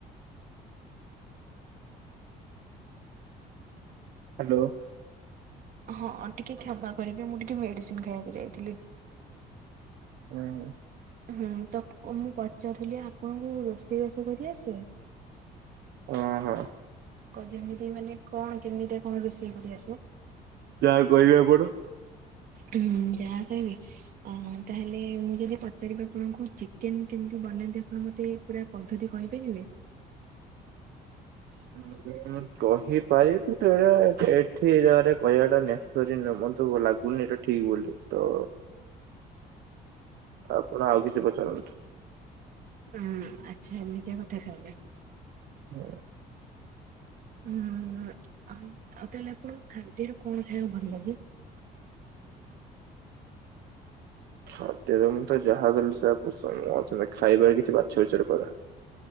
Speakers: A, on the right; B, on the right.
A: ହାଲୋ।
B: ହଁ, ଟିକେ କ୍ଷମା କରିଵେ। ମୁଁ ଟିକେ ମେଡ଼ିସିନ ଖାଇବାକୁ ଯାଇଥିଲି।
A: ହୁଁ।
B: ହୁଁ, ତ ମୁଁ ପଚାରୁଥିଲି ଆପଣଙ୍କୁ ରୋଷେଇ ବାସ କରି ଆସେ?
A: ଓହୋ।
B: କ ଯେମିତି ମାନେ କଣ କେମିତି ଆପଣଙ୍କୁ ରୋଷେଇ କରି ଆସେ?
A: ଯାହା କହିବେ ଆପଣ?
B: ହୁଁ, ଯାହା କହିବି? ଅ ତାହେଲେ ମୁଁ ଯଦି ପଚାରିବି ଆପଣଙ୍କୁ? ଚିକେନ କେମିତି ବନାନ୍ତି? ଆପଣ ମୋତେ ପୁରା ପଦ୍ଧତି କହିପାରିବେ?
A: ହୁଁ <inaudible> ହଁ କହିପାରିବି। କିନ୍ତୁ ଏଗୁଡା ଏଠି ଏ ଜାଗାରେ କହିବାଟା <unintelligible> ନର ମତେ ଲାଗୁ ନି ଏଟା ଠିକ୍ ବୋଲି। ତ ଆପଣ ଆଉ କିଛି ପଚାରନ୍ତୁ।
B: ହୁଁ ଆଚ୍ଛା ଏମିତିଆ କଥା ତାହେଲେ।
A: ହଁ
B: ଉଁ ତାହେଲେ ଆପଣ ଖାଦରେ କଣ ଖାଇବାକୁ ଭଲ ଲାଗେ।
A: ଖାଦ୍ୟରେ ମୁଁ ତ ଯାହା ଦେଲେ ସେଇଆ ପସନ୍ଦ ମୋର ସେମିତି ଖାଇବାରେ କିଛି ବାଛ ବିଚାର କରେନି।